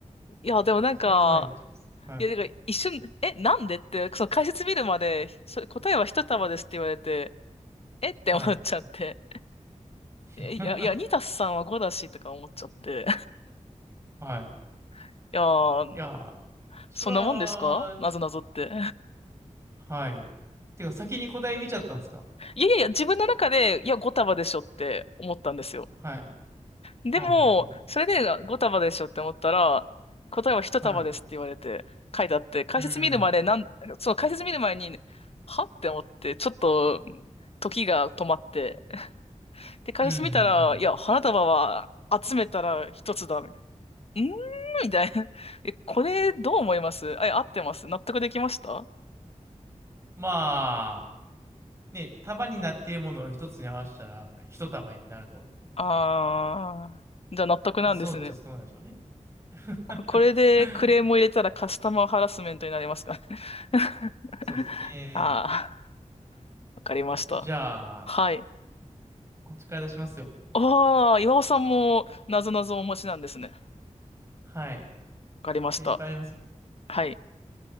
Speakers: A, on the left; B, on the right.
A: いや、でもなんか、
B: くだらないじゃないですかはい。
A: いや、なんか一瞬、え、なんでって、その解説見るまで、それ答えは一束ですって言われて、えって思っちゃって、
B: はい。<laughs>
A: えいや、いや、2たす3は5だしとか思っちゃって、
B: はい。
A: <laughs> いやー、
B: いや、それは、
A: そんなもんですかなぞなぞって。
B: はい。てか、先に答え見ちゃったんですか
A: <laughs> いやいやいや、自分の中で、いや、5束でしょって思ったんですよ。
B: はい。
A: でも、
B: うん、うん、
A: それで5束でしょって思ったら、答えは1束ですって言われて、
B: うん。はい。
A: 書いてあって、解説見るまで、
B: うん、
A: なん、そう、解説見る前に、はって思って、ちょっと、時が止まって。で、解説見たら、
B: うん、うん、うん。
A: いや、花束は集めたら1つだ、みたいな。んーみたいな。え、これ、どう思いますあ、いや合ってます納得できました
B: まあ、ね、束になっているものを一つに合わせたら、一束になると。
A: あー、じゃあ納得なんですね。
B: まあ、そうっちゃそうなんでしょうね。<laughs>
A: こ、これでクレームを入れたらカスタマーハラスメントになりますか <laughs>
B: そうですね。
A: あー、わかりました。
B: じゃあ、
A: はい。
B: こっちから出しますよ。
A: ああ、岩尾さんも、なぞなぞお持ちなんですね。わ
B: はい。
A: かりました。
B: それいっぱいありますもん。
A: はい。